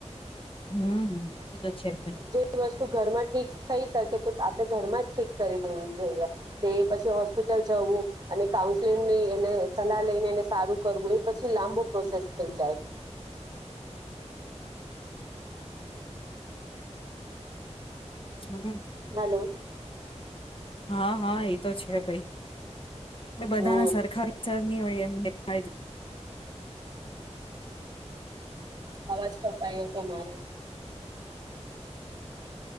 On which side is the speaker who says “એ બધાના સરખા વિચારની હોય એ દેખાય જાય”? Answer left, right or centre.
Left